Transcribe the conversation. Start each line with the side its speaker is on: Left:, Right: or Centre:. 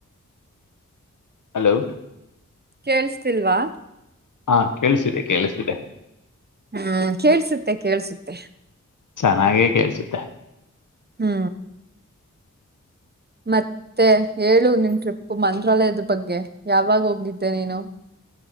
Left: ಹಲೋ
Right: ಕೇಳಿಸ್ತಿಲ್ವಾ.
Left: ಹಾಂ ಕೇಳಿಸ್ತಿದೆ ಕೇಳಿಸ್ತಿದೆ.
Right: ಹ್ಮ್ ಕೇಳ್ಸುತ್ತೆ ಕೇಳ್ಸುತ್ತೆ.
Left: ಚೆನ್ನಾಗೆ ಕೇಳ್ಸುತ್ತೆ.
Right: ಹ್ಮ ಮತ್ತೆ ಹೇಳು ನಿನ್ ಟ್ರಿಪ್ಪು ಮಂತ್ರಾಲಯದ ಬಗ್ಗೆ, ಯಾವಾಗ ಹೋಗಿದ್ದೆ ನೀನು?